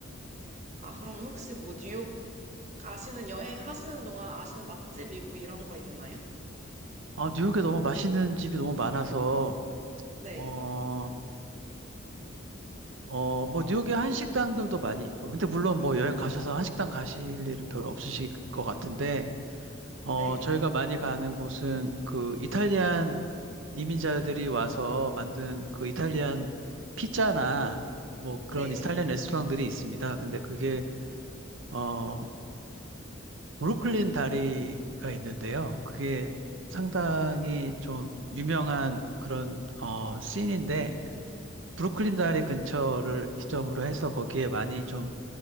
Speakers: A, on the right; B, on the right.
A: 아, 그러면 혹시 뭐 뉴욕 아시는 여행 하시는 동안 아시는 맛집이 뭐 이런 거 있나요?
B: 아, 뉴욕에 너무 맛있는 집이 너무 많아서
A: 네,
B: 어, 어, 뭐, 뉴욕에 한식당들도 많이 있고, 근데 물론 뭐 여행 가셔서 한식당 가실 일은 별로 없으실 것 같은데, 어,
A: 네,
B: 저희가 많이 가는 곳은 그 이탈리안 이민자들이 와서 만든 그 이탈리안 피자나 뭐 그런
A: 네.
B: 이탈리안 레스토랑들이 있습니다. 근데 그게, 어, 브루클린 다리가 있는데요. 그게 상당히 좀 유명한 그런, 어, 씬인데, 브루클린 다리 근처를 기점으로 해서 거기에 많이 좀,